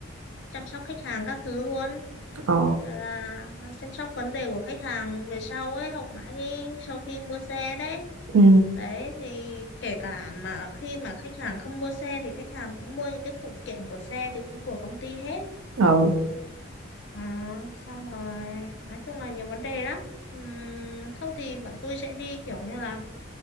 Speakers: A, on the left (about 55°); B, on the right (about 80°).
A: chăm sóc khách hàng các thứ luôn
B: ờ
A: rồi là chăm sóc vấn đề của khách hàng về sau ấy hậu mãi khi sau khi mua xe đấy
B: ừ
A: đấy thì kể cả mà khi mà khách hàng không mua xe thì khách hàng cũng mua những cái phụ kiện của xe thì cũng của công ty hết
B: ờ
A: Ờ, xong rồi nói chung là nhiều vấn đề lắm Ừm, không thì bọn tôi sẽ đi kiểu như là